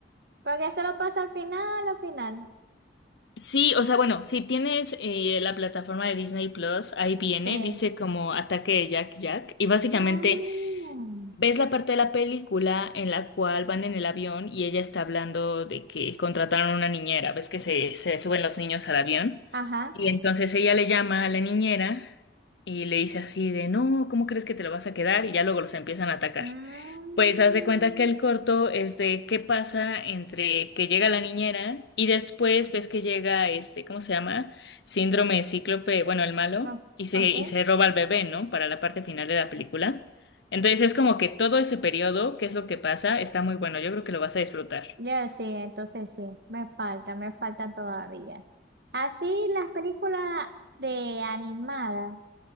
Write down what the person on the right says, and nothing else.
Porque eso lo pasa al final, al final.
Sí.
Ah,
ajá.
Mm.
No,
ok,
yo sí, entonces sí, me falta, me falta todavía. Así las películas de animadas,